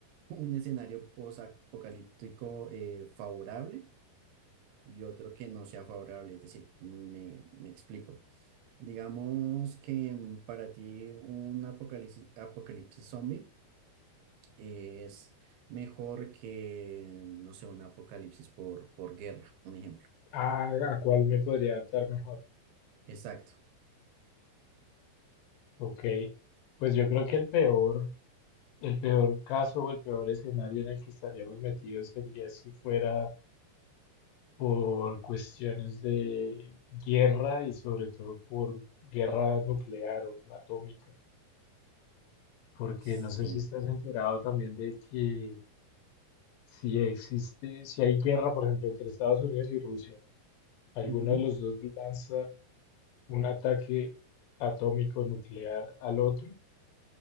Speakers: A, on the right (about 80°); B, on the left (about 80°).
A: un escenario post-apocalíptico eh, favorable y otro que no sea favorable? Es decir, me me explico. Digamos que mm, para ti un apocalipsis, apocalipsis zombie es mejor que, mm, no sé, un apocalipsis por, por guerra, un ejemplo.
B: Ah, ¿a cuál me podría adaptar mejor?
A: Exacto.
B: Ok, pues yo creo que el peor, el peor caso o el peor escenario en el que estaríamos metidos sería si fuera por cuestiones de guerra y sobre todo por guerra nuclear o atómica, porque
A: Sí.
B: no sé si estás enterado también de que si existe, si hay guerra, por ejemplo, entre Estados Unidos y Rusia, alguno
A: Ujú,
B: de los dos lanza un ataque atómico nuclear al otro